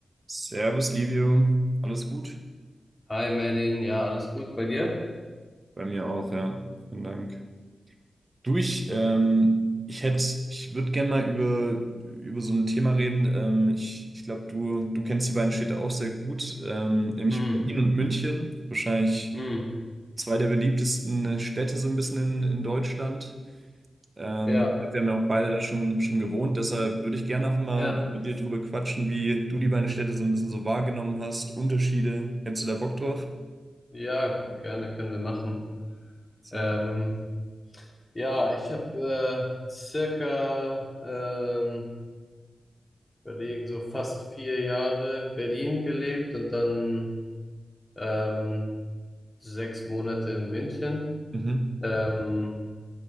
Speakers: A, on the right; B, on the left.
A: Servus, Livio. Alles gut?
B: Hi Merlin, ja, alles gut bei dir?
A: Bei mir auch, ja. Vielen Dank. Du, ich, ähm, ich hätte, ich würde gerne mal über, über so ein Thema reden. Ähm, ich ich glaube, du, du kennst die beiden Städte auch sehr gut, ähm, nämlich
B: Hm,
A: Berlin und München. Wahrscheinlich
B: hm,
A: zwei der beliebtesten äh, Städte so ein bisschen in, in Deutschland. Ähm,
B: ja,
A: wir haben ja auch beide da schon, schon gewohnt. Deshalb würde ich gerne einfach mal
B: ja,
A: mit dir drüber quatschen, wie du die beiden Städte so ein bisschen so wahrgenommen hast. Unterschiede. Hättest du da Bock drauf?
B: ja, gerne können wir machen.
A: Sehr
B: Ähm,
A: gut.
B: ja, ich habe äh, circa, ähm, überlegen, so fast vier Jahre in Berlin gelebt und dann ähm, sechs Monate in München.
A: Mhm.
B: Ähm,